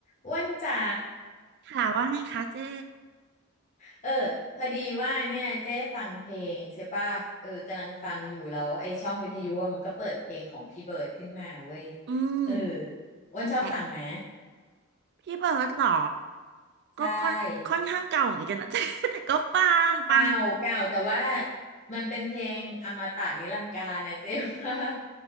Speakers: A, on the left (about 35°); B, on the right (about 50°).
A: อ้วนจ๋า
B: ค่ะว่าไงคะเจ๊
A: เออ พอดีว่าเนี่ยเจ๊ฟังเพลงใช่ป่ะเออกำลังฟังอยู่แล้วไอ้ช่องวิทยุอะมันก็เปิดเพลงของพี่เบิร์ดขึ้นมาเว้ย
B: อืม
A: เอออ้วนชอบฟังไหม
B: แล้วพี่เบิร์ดเหรอ
A: ใช่
B: ก็ค่อนค่อนข้างเก่าเหมือนกันนะ <laughs> เจ๊ <laughs> แต่ก็ฟังฟัง
A: เก่าเก่าแต่ว่ามันเป็นเพลงอมตะนิรันดร์กาลนะเจ๊ว่า